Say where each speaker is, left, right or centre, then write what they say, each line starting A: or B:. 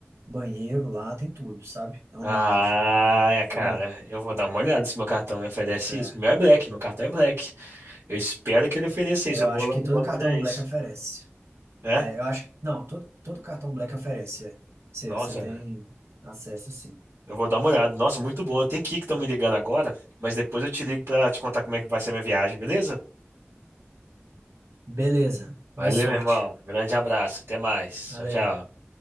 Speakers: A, on the right; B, on the right.
A: banheiro lá, tem tudo, sabe? É um
B: Ah,
A: lounge.
B: é, cara,
A: É bom.
B: eu vou dar uma olhada se meu cartão me oferece
A: É.
B: isso. Meu é Black, meu cartão é Black. Eu espero que ele ofereça
A: É,
B: isso.
A: Eu
B: Eu
A: acho
B: vou lá
A: que
B: no
A: todo
B: banco
A: cartão
B: olhar isso.
A: Black oferece.
B: É?
A: É, eu acho. Não, todo, todo cartão Black oferece. é. Você
B: Nossa,
A: você tem acesso, sim.
B: eu vou dar uma olhada. Nossa, muito bom. Eu tenho que ir que estão me ligando agora, mas depois eu te ligo pra te contar como é que vai ser a minha viagem, beleza?
A: Beleza.
B: Valeu,
A: Boa sorte.
B: irmão. Grande abraço. Até mais.
A: Valeu.
B: Tchau, tchau.